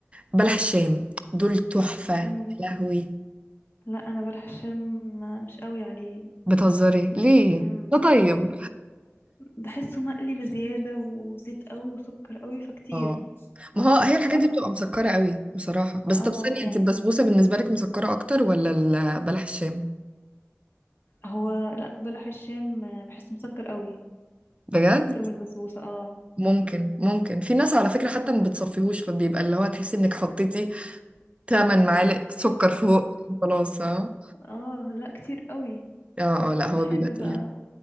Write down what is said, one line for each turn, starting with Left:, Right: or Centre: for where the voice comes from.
Right: بلح الشام دول تحفه يا
Left: امم
Right: لهوي
Left: لا انا بلح الشام ما- مش قوي عليه
Right: بتهزري ليه
Left: امم
Right: ده طيب
Left: بحسه مقلي بزيادة وزيت قوي وسكر قوي فكتير
Right: اه ما هو هي الحاجات
Left: صح
Right: دي بتبقى مسكرة قوي بصراحة بس
Left: اه
Right: طب ثانية
Left: يعني
Right: انت البسبوسة بالنسبة لك مسكرة اكتر ولا ال- بلح الشام
Left: هو لا بلح الشام بحسه مسكر قوي
Right: بجد
Left: اكتر من البسبوسة اه
Right: ممكن ممكن في ناس على فكرة حتى ما بتصفيهوش فبيبقى اللي هو تحسي انك حطيتي 8 معالق سكر فوق خلاص اه
Left: اه لا كتير قوي
Right: اه اه لا هو
Left: بحب
Right: بيبقى تقيل
Left: بقى